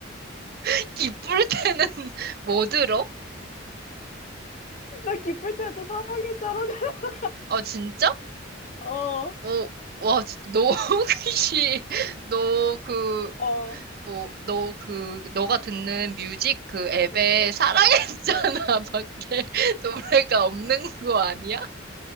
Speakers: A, on the right; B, on the left.
A: <laughs> 기쁠 때는 <laughs> 뭐 들어?
B: 나 기쁠 때도 사랑했잖아. <laughs>
A: 아, 진짜?
B: 어,
A: 오, 와, 진- 너 <laughs> 혹시, 너 그,
B: 어.
A: 뭐, 너 그, 너가 듣는 뮤직 그 앱에
B: 응,
A: 사랑했잖아 <laughs>
B: 응.
A: 밖에 <laughs> 노래가 없는 거 아니야?